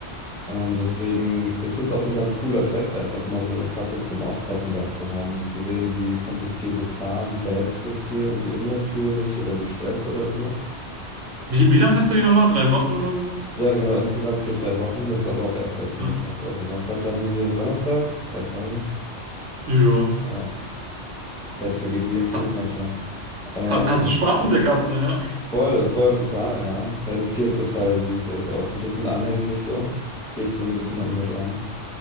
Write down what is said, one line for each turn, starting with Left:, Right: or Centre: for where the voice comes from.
Centre: Ähm, deswegen ist es auch ein ganz cooler Test, einfach mal so eine Katze zum Aufpassen da zu haben, zu sehen, wie kommt das Tier so klar, wie verhält sich das Tier, irgendwie unnatürlich oder gestresst oder so.
Right: Wie, wie lange hast du die nochmal? Drei Wochen oder so?
Centre: Ja, genau, insgesamt für drei Wochen, jetzt aber auch erst seit
Right: Ja.
Centre: Montag. Also was, heute haben wir Donnerstag, drei Tage.
Right: Ja.
Centre: Ja, Zeit vergeht wie im Flug
Right: Ha,
Centre: manchmal. Ähm,
Right: ha, hast du Spaß mit der Katze, ja?
Centre: Voll, voll, total, ja. Ja, das Tier ist total süß, also auch ein bisschen anhänglich so. Klebt so ein bisschen an mir dran.